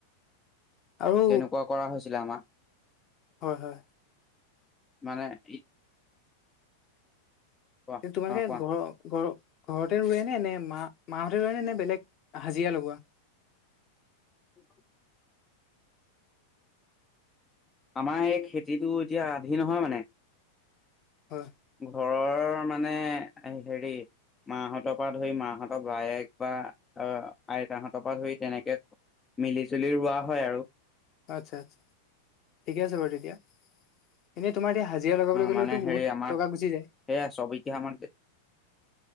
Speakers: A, on the left (about 35°); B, on the left (about 15°).
A: আৰু
B: তেনেকুৱা কৰা হৈছিলে আমাৰ।
A: হয় হয়।
B: মানে এই কোৱা
A: তোমালোকে
B: অ কোৱা
A: ঘৰৰ ঘৰ ঘৰতে ৰোৱে নে, নে মা মাহঁতে ৰোৱে, নে নে বেলেগ হাজিৰা লগোৱা।
B: অ' আমাৰ এই খেতিটো এতিয়া আধি নহয় মানে
A: হয়।
B: ঘৰৰ মানে, হেৰি মাহঁতৰ পৰা ধৰি মাহঁতৰ বায়েক, বা আইতাহঁতৰ পৰা ধৰি তেনেকে মিলি-জুলি ৰোৱা হয় আৰু।
A: আচ্ছা আচ্ছা, ঠিকে আছে বাৰু তেতিয়া। এনেই তোমাৰ এতিয়া হাজিৰা লগাবলৈ
B: অ
A: গ'লেওটো
B: মানে হেৰি
A: বহুত
B: আমাৰ
A: টকা গুচি যায়।
B: সেয়া ছয় বিঘা মাটি